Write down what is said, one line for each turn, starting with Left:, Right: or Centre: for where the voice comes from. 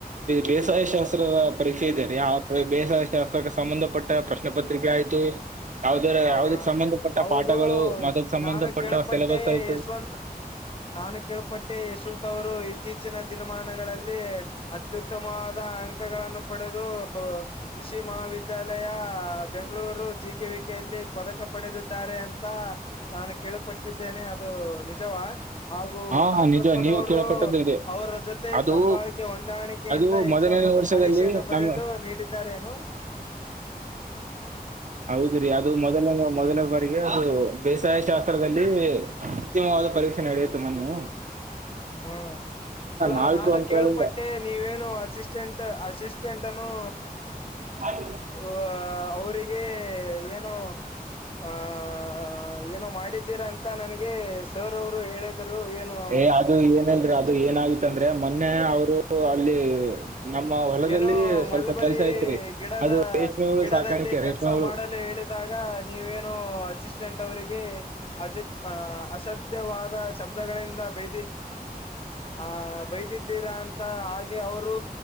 Right: ಬೇಸ್ ಶಾಸ್ತ್ರದ ಪರೀಕ್ಷೆ ಇದೆ ರೀ ಬೇಸಾಯ ಶಾಸ್ತ್ರಕ್ಕೆ ಸಂಬಂಧಪಟ್ಟ ಪ್ರಶ್ನೆಪತ್ರಿಕೆ ಆಯ್ತು. ಯಾವದ
Left: ಹ
Right: ಯಾವದಕ್ ಸಂಬಂಧ ಪಟ್ಟ
Left: ಹೌದು
Right: ಪಾಠಗಳು ಅದಕ್ ಸಂಬಂಧ
Left: ನಾನು
Right: ಪಟ್ಟ
Left: ಕೇಳಪಟ್ಟೆ
Right: ಸಿಲೆಬಸ್ ಆಯ್ತು.
Left: ಯಶವಂತ್ ನಾನು ಕೇಳ್ಪಟ್ಟೆ ಯಶವಂತ್ ಅವರು ಇತ್ತೀಚಿನ ದಿನಮಾನಗಳಲ್ಲಿ. ಅತ್ಯುತ್ತಮವಾದ ಅಂಕಗಳನ್ನು ಪಡೆದು ಕೃಷಿ ಮಹಾವಿದ್ಯಾಲಯ. ಬೆಂಗಳೂರು ಜ ಕೆ ವಿಕೆಯಲ್ಲಿ ಪದಕ ಪಡೆದಿದ್ದಾರೆ ಅಂತ. ನಾನು ಕೇಳಪಟ್ಟಿದ್ದೇನೆ ಅದು ನಿಜವಾ ಹಾಗು
Right: ಹಾ
Left: ಟಾಕ್ರಪ್ಪನವರು
Right: ನಿಜ ನೀವು ಕೇಳಪಟ್ಟದ್ದು ಇದೆ
Left: ಅವರ ಜೊತೆ
Right: ಅದು
Left: ಸಂಭಾಳಿಕೆ ಹೊಂದಾಣಿಕೆ.
Right: ಅದು
Left: ಎಕ್ಸಾಮ್
Right: ಮೊದಲನೇ
Left: ಅನ್ನು
Right: ವರ್ಷದಲ್ಲಿ
Left: ಪರೀಕ್ಷೆೆಯನ್ನು ಬರೆದು
Right: ನಮ್ಮ
Left: ನೀಡಿದ್ದಾರೆ ಏನು.
Right: ಹೌದ್ರೀ ಅದು ಮೊದಲನೇ ಮೊದಲನೇ ಬಾರಿಗೆ ಅದು ಬೇಸಾಯ ಶಾಸ್ತ್ರದಲ್ಲಿ. ಉತ್ತಿಮವಾದ ಪರೀಕ್ಷೆ ನೆಡೆಯಿತು ಮೊನೆ
Left: ಹಾ ಅಲ್ಲಾ
Right: ನಾಲ್ಕು
Left: ನಾನು
Right: ಅಂಕಗಳಿಂದ
Left: ಕೇಳಪಟ್ಟೆ ನೀವೇನು ಅಸಿಸ್ಟೆಂಟ್ ಅಸಿಸ್ಟ. ಅಸಿಸ್ಟೆಂಟ್ನನ್ನು
Right: <inaudible>
Left: ಆ ಅವರಿಗೆ ಏನು ಆ. ಆ ಏನು ಮಾಡಿದ್ದೀರಾ ಅಂತ ನನಗೆ ಸರ್ ಅವರು ಹೇಳರು ಏನು.
Right: ಏ ಅದು ಏನಿಲ್ರಿ ಅದು ಏನಗತ್ತಂದ್ರೆ ಮೊನ್ನೆ ಅವರು ಅಲ್ಲಿ. ನಮ್ಮ ಹೊಲದಲ್ಲಿ
Left: ಏನೋ
Right: ಸ್ವಲ್ಪ
Left: ಮಲ್ಬರಿ
Right: ಕೆಲ್ಸ ಐತ್ರಿ
Left: ಗಿಡದ
Right: ಅದು ರೇಷ್ಮೆ ಹುಳು
Left: ಗಿಡದಲ್ಲಿ
Right: ಸಾಕಾಣಿಕೆ
Left: ಕೆಲ್ಸ
Right: ರೇಷ್ಮೆ ಹುಳು
Left: ಮಾಡಲು ಹೇಳ. ಇದಾಗ ನೀವೇನು ಅಸಿಸ್ಟೆಂಟ್ ಅವರಿಗೆ ಅಜ ಅಹ್ ಅಸಾಧ್ಯವಾದ ಶಬ್ದಗಳಿಂದ ಬೇದಿ ಆ ಬೈದಿದ್ದೀರಾ ಅಂತ ಹಾಗೆ ಅವರು